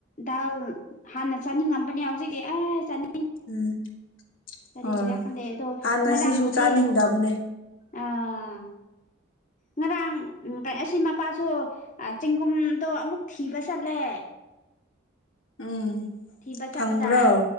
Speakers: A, on the left; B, on the left.
A: ꯗꯥꯜ ꯍꯥꯟꯅ ꯆꯥꯅꯤꯡꯉꯝꯕꯅꯤ ꯌꯥꯎꯖꯤꯛꯗꯤ ꯑꯩ ꯆꯅꯤꯡ
B: ꯎꯝ
A: ꯀꯔꯤꯒꯤꯔꯥ
B: ꯍꯣꯏ
A: ꯈꯟꯗꯩ ꯑꯗꯣ
B: ꯍꯥꯟꯅ
A: ꯉꯔꯥꯡꯕꯨꯗꯤ
B: ꯁꯤꯁꯨ ꯆꯥꯅꯤꯡꯗꯕꯅꯦ
A: ꯑꯥ ꯉꯔꯥꯡ ꯀ ꯑꯁꯤ ꯃꯄꯥꯁꯨ ꯑꯩ ꯆꯦꯡꯒꯨꯝꯗꯣ ꯑꯃꯨꯛ ꯊꯤꯕ ꯆꯠꯂꯦ
B: ꯎꯝ
A: ꯊꯤꯕ ꯆꯠꯄꯗ
B: ꯐꯪꯕ꯭ꯔꯣ